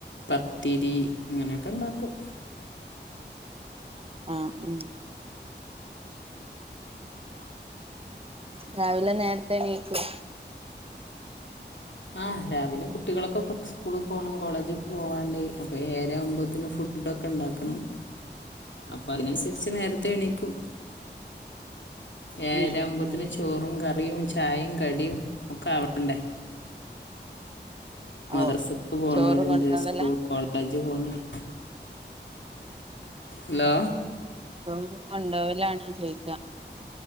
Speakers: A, on the left (about 85°); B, on the right (about 30°).
A: പത്തിരി അങ്ങനെയൊക്കെ ഇണ്ടാക്കും
B: ആഹ് ഉം രാവിലെ നേരത്തെ എണീക്കൂ-
A: ആഹ് രാവിലെ കുട്ടികളൊക്കെ സ്കൂളിൽ പോകണം കോളേജിൽ പോവാണ്ട് അപ്പൊ ഏറെ ആവുമ്പോത്തിന് ഫുഡ ഒക്കെ ഉണ്ടാക്കണം അപ്പൊ അതിനനുസരിച്ച് നേരത്തെ എണീക്കും
B: <inaudible>
A: ഏരാുമ്പോത്തിന്
B: ഉം
A: ചോറും കറിയും ചായയും കടിയും ഒക്കെ അവിടണ്ടേ മദർസക്ക്
B: ഓ
A: പോണവരുണ്ട്
B: ചോറ് കൊണ്ടോവലാ
A: സ്കൂൾ കോളേജ് പോണവരു ഹലോ
B: ചോറ് കൊണ്ടോലാണോ ചോയിക്ക